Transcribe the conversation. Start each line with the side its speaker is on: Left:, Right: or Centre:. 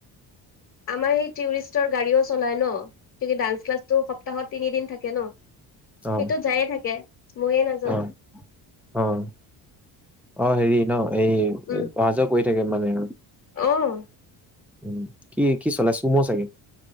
Left: আমাৰ সেই টুৰিষ্টৰ গাড়ীও চলাই ন কি ডান্স ক্লাছটো সপ্তাহত তিনিদিন থাকে ন।
Centre: অ',
Left: সেইটোত যায়ে থাকে মইয়ে নাযাও।
Centre: অ', অ'। অ, হেৰি ন এই
Left: উম
Centre: অহা যোৱা কৰি থাকে মানে।
Left: অ',
Centre: উম, কি - কি চলাই চোম চাগে।